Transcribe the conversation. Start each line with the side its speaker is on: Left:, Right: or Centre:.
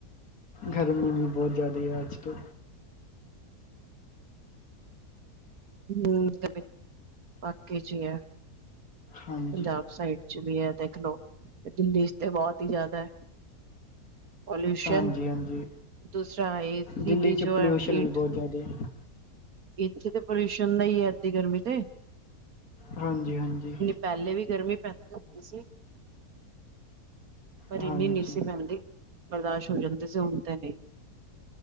Left: ਗਰਮੀ ਵੀ ਬਹੁਤ ਜ਼ਾਦੀ ਐ, ਅੱਜ ਤੋਂ
Right: ਹੂ, ਬਾਕੀ ਚ ਏ ਹੈ,
Left: ਹਾਂਜੀ
Right: ਪੰਜਾਬ ਸਾਈਡ ਵੀ ਹੈ ਦੇਖਲੋ, ਦਿੱਲੀ ਚ ਤੇ ਬਹੁਤ ਹੀ ਜ਼ਾਦਾ ਐ। ਪੋਲਿਊਸ਼ਨ,
Left: ਹਾਂਜੀ ਹਾਂਜੀ
Right: ਦੂਸਰਾ ਏ ਸੀ
Left: ਦਿੱਲੀ
Right: ਦੀ
Left: 'ਚ
Right: ਜੋ
Left: ਪੋਲਿਊਸ਼ਨ
Right: ਹੈ, ਹੀਟ
Left: ਵੀ ਬਹੁਤ ਜ਼ਿਆਦਾ ਹੈ।
Right: ਇੱਥੇ ਤਾਂ ਪੋਲਿਊਸ਼ਨ ਦਾ ਈ ਏ, ਅੱਧੀ ਗਰਮੀ ਤੇ
Left: ਹਾਂਜੀ, ਹਾਂਜੀ
Right: ਪਹਲੇ ਵੀ ਗਰਮੀ ਪੈਂਦੀ ਹੁੰਦੀ ਸੀ ਪਰ
Left: ਹਾਂਜੀ
Right: ਇੰਨੀ ਨੀ ਸੀ ਪੈਂਦੀ, ਬਰਦਾਸ਼ ਹੋ ਜਾਂਦੀ ਸੀ, ਹੁਣ ਤੇ ਨੀ